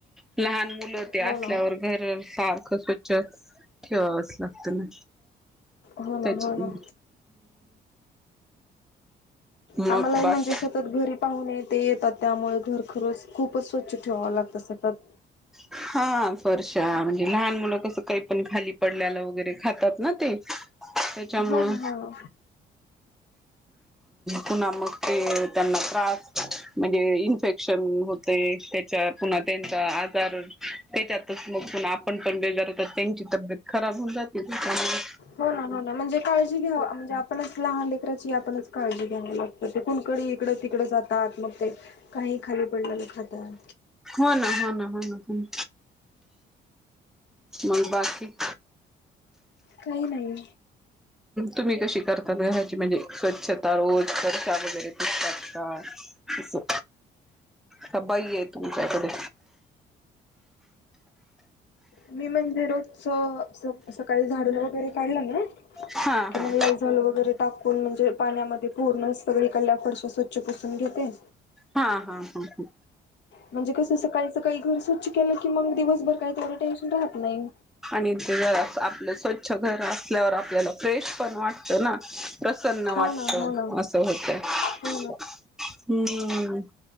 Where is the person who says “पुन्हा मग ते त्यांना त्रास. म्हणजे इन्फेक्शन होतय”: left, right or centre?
Centre